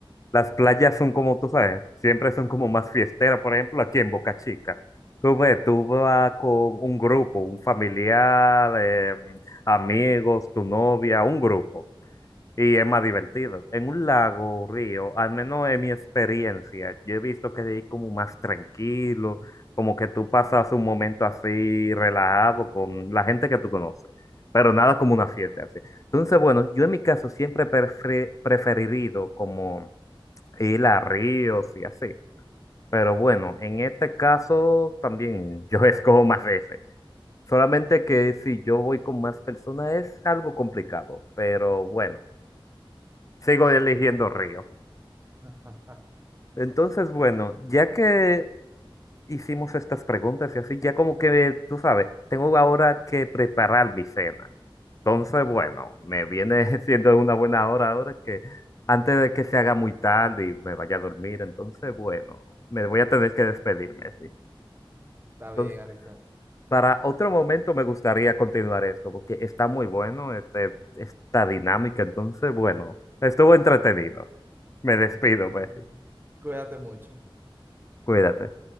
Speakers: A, on the left; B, on the right.
A: las playas son como tú sabes, siempre son como más fiesteras, por ejemplo, aquí en Boca Chica. Tú ves, tú vas con un grupo, un familiar, eh, amigos, tu novia, un grupo. Y es más divertido. En un lago, río, al menos en mi experiencia, yo he visto que es como más tranquilo, como que tú pasas un momento así relajado con la gente que tú conoces, pero nada como una fiesta así. Entonces, bueno, yo en mi caso siempre he prefe- preferido como ir a ríos y así. Pero bueno, en este caso también yo <laughs> escojo más ese. Solamente que si yo voy con más personas es algo complicado, pero bueno. Sigo eligiendo Río.
B: <laughs>
A: Entonces, bueno, ya que hicimos estas preguntas y así, ya como que, tú sabes, tengo ahora que preparar mi cena. Entonces, bueno, me viene <laughs> siendo una buena hora ahora que antes de que se haga muy tarde y me vaya a dormir, entonces, bueno, me voy a tener que despedirme, sí.
B: Está bien,
A: Entonces,
B: Alexander.
A: para otro momento me gustaría continuar esto, porque está muy bueno este, esta dinámica, entonces, bueno, estuvo entretenido. Me despido, Messi.
B: Mm. Cuídate mucho.
A: Cuídate.